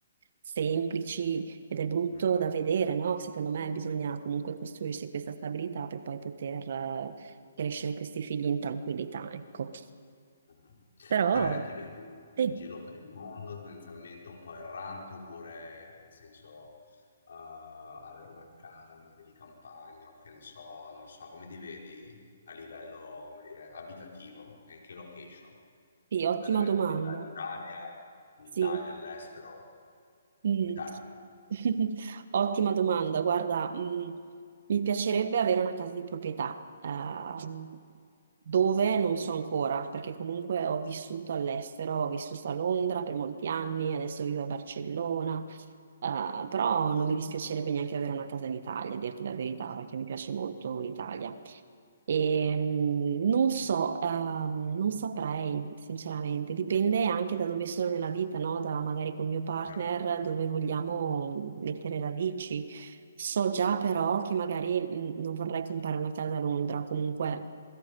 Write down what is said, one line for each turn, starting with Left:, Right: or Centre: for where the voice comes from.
Right: semplici ed è brutto
Left: mm.
Right: da vedere, no? Secondo me bisogna comunque costruirsi questa stabilità per poi poter eh, crescere questi figli in tranquillità, ecco.
Left: Mhm.
Right: Però
Left: Te ti vedi
Right: sì.
Left: in giro per il mondo, tendenzialmente un po' errante, oppure nel senso eh, avere una casa magari di campagna o che ne so, non lo so, come ti vedi a livello, come dire, abitativo e in che location?
Right: Sì, ottima
Left: Nell'eventualità
Right: domanda.
Left: in Italia, in
Right: Sì.
Left: Italia, all'estero,
Right: Mm.
Left: in Italia.
Right: <laughs> Ottima domanda. Guarda, mm, mi piacerebbe avere una casa di proprietà, ehm, dove non so
Left: Mm,
Right: ancora, perché comunque ho vissuto all'estero, ho vissuto a Londra per molti anni, adesso vivo a Barcellona, eh, però non mi dispiacerebbe neanche avere una casa in Italia, a dirti la verità, perché mi piace molto l'Italia. E, mm, non so, ehm, non saprei, sinceramente, dipende anche da dove sono nella vita, no? Da magari col mio partner,
Left: Certo.
Right: dove vogliamo mettere radici. So già
Left: Mm.
Right: però che magari mm, non vorrei comprare una casa a Londra, comunque